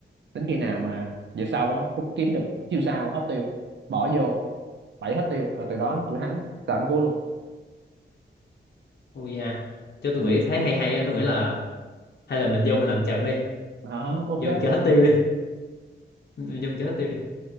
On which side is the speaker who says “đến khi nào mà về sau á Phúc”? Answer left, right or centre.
Right